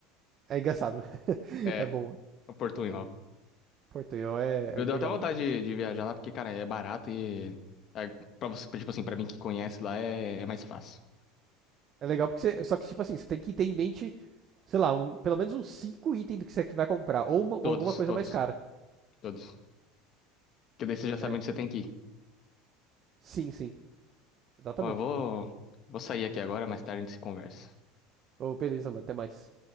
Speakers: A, on the right; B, on the left.
A: É engraçado, <laughs>
B: É,
A: é bom.
B: o portunhol.
A: Portunhol é,
B: Eu
A: é legal,
B: deu até vontade
A: é
B: de, de viajar lá, porque, cara, é barato e. É, pra você, tipo assim, pra mim que conhece lá é, é mais fácil.
A: É legal porque você. Só que, tipo assim, você tem que ter em mente, sei lá, um, pelo menos uns 5 itens do que você vai comprar. Ou, uma- ou
B: Todos,
A: alguma coisa
B: todos,
A: mais cara.
B: todos. Porque daí você já sabe
A: É.
B: onde você tem que ir.
A: Sim, sim. Exatamente.
B: Ó, eu vou, vou sair aqui agora, mais tarde a gente se conversa.
A: Ô, beleza, mano. Até mais.